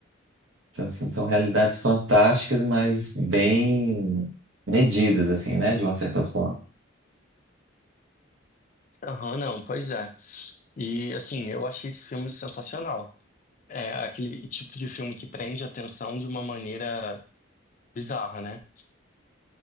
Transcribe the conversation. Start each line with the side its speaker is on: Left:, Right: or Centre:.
Right: Então, assim, são realidades fantásticas, mas bem medidas, assim, né? De uma certa forma.
Left: Aham, não, pois é. E assim, eu achei esse filme sensacional. É aquele tipo de filme que prende a atenção de uma maneira bizarra, né?